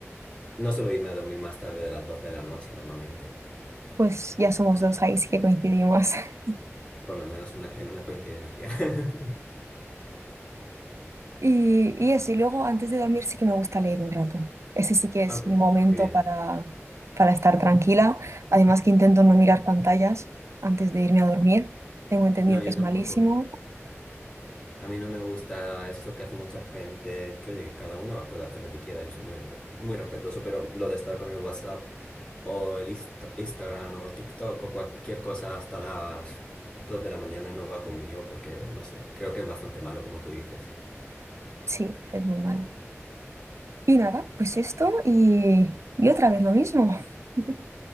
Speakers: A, on the left; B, on the right.
A: no suelo irme a dormir más tarde de las 12 de la noche normalmente.
B: Pues ya somos dos ahí, sí que coincidimos. <laughs>
A: Por lo menos una, en una coincidencia. <laughs>
B: Y, y eso, y luego antes de dormir sí que me gusta leer un rato. Ese sí que es
A: Ah, pues
B: mi momento
A: está muy bien.
B: para, para estar tranquila. Además que intento no mirar pantallas antes de irme a dormir. Tengo entendido
A: No, yo
B: que es
A: tampoco.
B: malísimo.
A: A mí no me gusta eso que hace mucha gente, que oye, que cada uno puede hacer lo que quiera, yo soy muy, re- muy respetuoso, pero lo de estar con el WhatsApp o el Insta- Instagram o TikTok o cualquier cosa hasta las 2 de la mañana no va conmigo porque, no sé, creo que es bastante malo como tú dices.
B: Sí, es muy malo. Y nada, pues esto y, y otra vez lo mismo. <laughs>